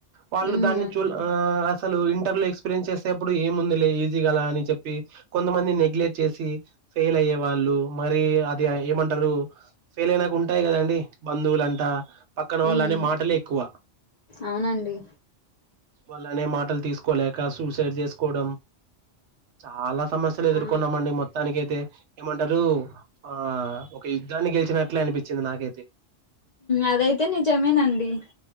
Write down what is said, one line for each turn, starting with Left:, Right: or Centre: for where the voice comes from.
Right: వాళ్ళు
Left: ఉమ్
Right: దాన్ని
Left: అవునండి
Right: చూ అసలు ఇంటర్లో ఎక్స్పీరియన్స్ చేసేప్పుడు ఏముందిలే ఈజీ గలా అని చెప్పి కొంతమంది నెగ్లెక్ట్ చేసి ఫెయిల్ అయ్యే వాళ్ళు మరి అది ఏమంటారు ఫెయిల్ అయినాంటే ఉంటాయి కదండి బంధువులంటా పక్కన వాళ్ళ
Left: ఉమ్
Right: అనే మాటలే ఎక్కువ
Left: అవునండి
Right: వాళ్ళనే మాటలు తీసుకోలేక సూసైడ్ చేసుకోవడం చాలా సమస్యలు ఎదుర్కొన్నామ
Left: ఆ
Right: అండి మొత్తానికి అయితే ఏమంటారు ఆ ఒక యుద్ధాన్ని గెలిచినట్లే అనిపి చింది నాకైతే
Left: అదైతే నిజమేనండి